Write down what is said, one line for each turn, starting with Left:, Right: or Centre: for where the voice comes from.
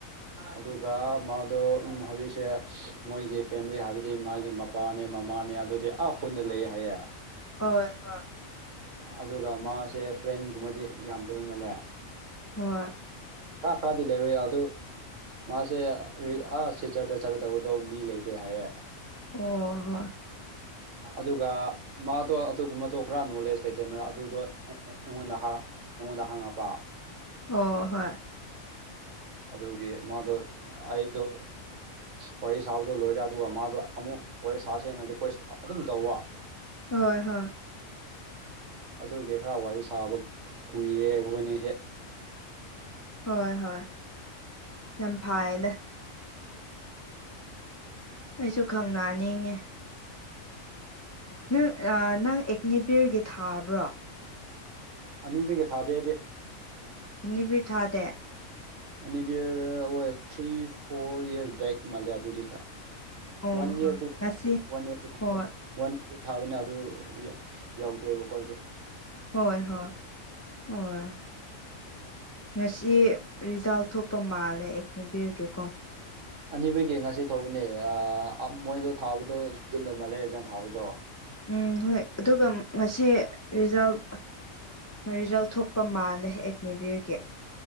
Right: ꯑꯗꯨꯒ ꯃꯥꯗꯣ ꯎꯝ ꯍꯧꯖꯤꯛꯁꯦ ꯃꯣꯏꯒꯤ ꯐꯦꯃꯤꯂꯤ ꯍꯥꯏꯕꯗꯤ ꯃꯥꯒꯤ ꯃꯄꯥꯅꯦ ꯃꯃꯥꯅꯦ ꯑꯗꯨꯗꯤ ꯑꯥ ꯈꯨꯟꯗ ꯂꯩ ꯍꯥꯏꯌꯦ
Left: ꯍꯣꯏ ꯍꯣꯏ
Right: ꯑꯗꯨꯒ ꯃꯥꯁꯦ ꯐ꯭ꯔꯦꯟꯒꯨꯝꯕꯗꯤ ꯌꯥꯝꯗꯕꯩꯃꯜꯂꯦ
Left: ꯍꯣꯏ
Right: ꯀꯥꯛ ꯈꯔꯗ ꯌꯥꯗꯨ ꯃꯥꯁꯦ ꯑꯥ ꯁꯤꯆꯔꯗ ꯆꯠꯀꯗꯕꯗꯣ ꯃꯤ ꯂꯩꯇꯦ ꯍꯥꯏꯌꯦꯦ
Left: ꯑꯣ ꯍꯣꯏ
Right: ꯑꯗꯨꯒ ꯃꯥꯗꯣ ꯑꯗꯨꯒꯨꯝꯕꯗꯣ ꯈꯔ ꯅꯣꯂꯦꯖ ꯂꯩꯇꯦ ꯃ ꯑꯗꯨꯗꯣ ꯑꯩꯉꯣꯟꯗ ꯑꯩꯉꯣꯟꯗ ꯍꯥꯡꯉꯛꯄ
Left: ꯑꯣ ꯍꯣꯏ
Right: ꯑꯗꯨꯒꯤ ꯃꯥꯗꯣ ꯑꯩꯗꯣ
Left: <unintelligible>
Right: ꯋꯥꯔꯤ ꯁꯥꯕꯗꯣ ꯂꯣꯏꯔꯦ ꯑꯗꯨꯒ ꯃꯥꯗꯣ ꯑꯃꯨꯛ ꯋꯥꯔꯤ ꯁꯥꯁꯦꯅ ꯔꯤꯀ꯭ꯋꯦꯁ ꯑꯗꯨꯝ ꯇꯧꯕ
Left: ꯍꯣꯏ ꯍꯣꯏ
Right: ꯑꯗꯨꯒꯤ ꯈꯔ ꯋꯥꯔꯤ ꯁꯥꯕ ꯀꯨꯏꯔꯦ ꯑꯩꯈꯣꯏꯅꯁꯦ
Left: ꯍꯣꯏ ꯍꯣꯏ ꯌꯥꯝ ꯐꯥꯏꯌꯦꯗ ꯑꯩꯁꯨ ꯈꯪꯅꯅꯤꯡꯉꯦ ꯅꯪ ꯅꯪ ꯑꯦꯛꯅꯦꯕꯤꯔꯒꯤ ꯊꯥꯕ꯭ꯔꯣ
Right: ꯑꯅꯤꯕꯩꯒ ꯊꯥꯗꯦ ꯍꯥꯏꯗꯤ
Left: ꯏꯦ ꯐꯤ ꯊꯥꯗꯦ
Right: ꯑꯅꯤꯕꯤꯔ ꯍ ꯊ꯭ꯔꯤ ꯐꯣꯔ ꯌꯔꯁ ꯕꯦꯛ ꯃꯥꯂꯦ ꯑꯗꯨꯗꯤ
Left: ꯑꯣ
Right: ꯋꯥꯟ ꯏꯌꯔꯗꯤ
Left: ꯑꯣ ꯉꯁꯤ
Right: ꯋꯥꯟ ꯏꯌꯔ
Left: ꯍꯣꯏ
Right: ꯋꯥꯟ ꯇꯨ ꯊꯥꯕꯅꯤ ꯑꯗꯨ ꯌꯥꯎꯗꯦꯕ ꯑꯩꯣꯏꯗꯤ
Left: ꯍꯣꯏ ꯍꯣꯏ ꯍꯣꯏ ꯉꯁꯤ ꯔꯤꯖꯥꯜ ꯊꯣꯛꯄ ꯃꯥꯜꯂꯦ ꯑꯩ ꯅꯤꯕꯤꯔꯒꯦꯀꯣ
Right: ꯑꯅꯤꯕꯒꯤ ꯉꯁꯤ ꯊꯧꯕꯅꯦ ꯃꯣꯏꯗꯣ ꯊꯥꯕꯗꯣ ꯖꯨꯟꯗ ꯃꯂꯦꯖꯟ ꯊꯥꯕꯗꯣ
Left: ꯎꯝ ꯍꯣꯏ ꯑꯗꯨꯒ ꯉꯁꯤ ꯔꯤꯖꯥꯕ ꯔꯤꯖꯜꯠ ꯊꯣꯛꯄ ꯃꯥꯜꯂꯦ ꯑꯦꯒꯅꯦꯕꯤꯌꯔꯒꯤ